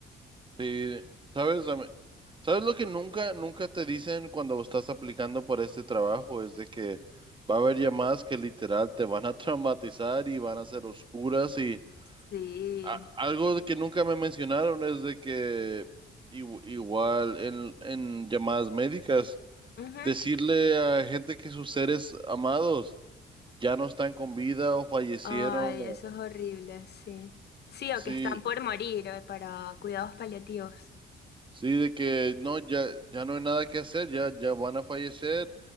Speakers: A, on the right (about 25°); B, on the left (about 55°).
A: Sí, ¿sabes? ¿Sabes lo que nunca, nunca te dicen cuando estás aplicando por este trabajo? Es de que va a haber llamadas que literal te van a <laughs> traumatizar y van a ser oscuras y
B: Sí.
A: a- algo de que nunca me mencionaron es de que igu- igual en, en llamadas médicas,
B: Ujú.
A: decirle a gente que sus seres amados ya no están con vida o fallecieron
B: Ay,
A: o
B: eso es horrible, sí. Sí, o
A: sí.
B: que están por morir eh, para cuidados paliativos.
A: Sí, de que no, ya, ya no hay nada que hacer, ya, ya van a fallecer.